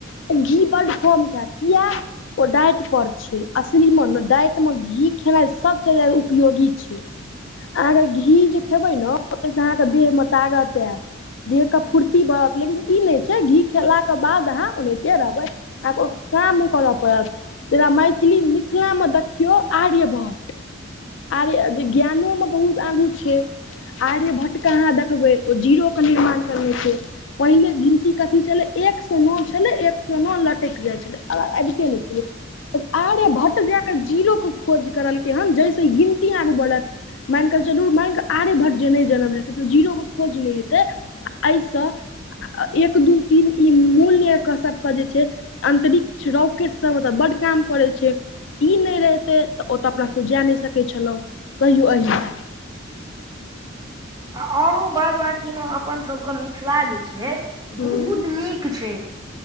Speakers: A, on the left; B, on the right.
A: त घी बड्ड कम खत किया ओ डाइटपर छै असलीमे ने डाइटमे घी खेनाइ सबसे जादा उपयोगी छै अहाँके घी जे खेबै ने ओतहिसँ अहाँके देहमे तागत आयत देहके फूर्ती बढ़त लेकिन ई नहि छै घी खेलाके बाद अहाँ ओनाहिते रहबै आहाँक उ काम नय करय पड़त जेना मैथिली मिथिलामे देखियौ आर्यभट्ट आर्य ज्ञानोमे बहुत आगू छै आर्यभट्ट के अहाँ देखबै ओ जीरो के निर्माण करने छै पहिले गिनती कथी छलै एक सए नओ छलै एक सए नओ लटकि जायत छलै आ अबिते नहि छलै आर्यभट जाय कऽ जीरोकऽ खोज करलकै हन जहिसे ई गिनती आगू बढ़ल मानि कऽ चलू मानि कऽ आर्यभट्ट जे नहि जनम लेतै तऽ ओ जीरोके खोज नहि हेतै एहिसँ एक दू तीन ई मूल्यके सभके जे छै अन्तरिक्ष रॉकेट सब मे त बड्ड काम पड़े छै ई नहि रहितै तऽ ओतऽ अपनासँ जाय नहि सकैत छलहुँ कहियो एहि
B: आ ओरो बाद बाकीमे अपनसभके मिथिला जे छै
A: पर
B: बहुत नीक छै